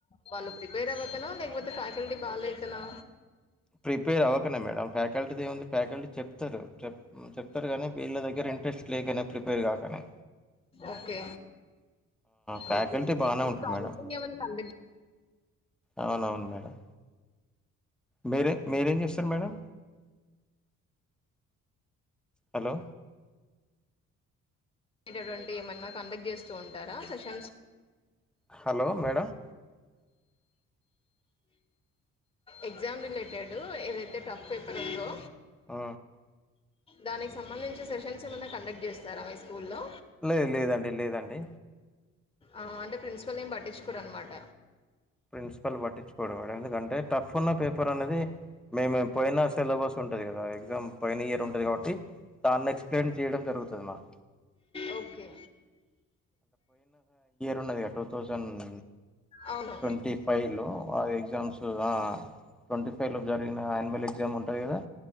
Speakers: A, on the left; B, in the centre.
A: వాళ్లు ప్రిపేర్ అవ్వకన లేకపోతే ఫ్యాకల్టీ భలేకనా
B: ప్రిపేర్ అవ్వకనే మేడం ఫ్యాకల్టీది ఏముంది ఫ్యాకల్టీ చెప్తరు మ్ చెప్తరు కానీ వీళ్ల దగ్గర ఇంట్రెస్ట్ లేకనే ప్రిపేర్ గాకనే
A: ఓకే
B: ఫ్యాకల్టీ
A: ఓకే ఓకే
B: బానే
A: <unintelligible>
B: ఉంటారు మేడం
A: కండక్ట్
B: అవునవును మేడం మీరే మీరేం చేస్తరు మేడం హలో
A: అటువంటి ఏమన్న కండక్ట్ చేస్తూ ఉంటార questions
B: hello madam
A: exam related ఏదైతే టఫ్ పేపర్ ఉందో
B: ఆ
A: దానికి సంబంధించి సెషన్స్ ఏమైన్న కండక్ట్ చేస్తారా మీ స్కూల్లో
B: లేదు లేదండి లేదండి
A: ఆ అంటే ప్రిన్సిపాల్ ఏం పట్టించుకోరాన్ మాట
B: ప్రిన్సిపాల్ పట్టించుకోడు మేడమ్ ఎందుకంటే టఫ్ ఉన్న పేపర్ అనేది మేమెం పోయిన సిలబస్ ఉంటది గాద ఎగ్జామ్ పైన ఇయర్ ఉంటది కాబట్టి దాన్ని ఎక్స్ప్లెయిన్ చేయడం జరుగుతది మ
A: ఓకే
B: ఉన్నది గ టూ థౌజండ్
A: అవును.
B: ట్వెంటీఫైవ్ లో అది ఎగ్జామ్స్ త్ ఆ ట్వెంటీఫైవ్ లో జరిగిన యాన్యూవల్ ఎగ్జామ్ ఉంటది గదా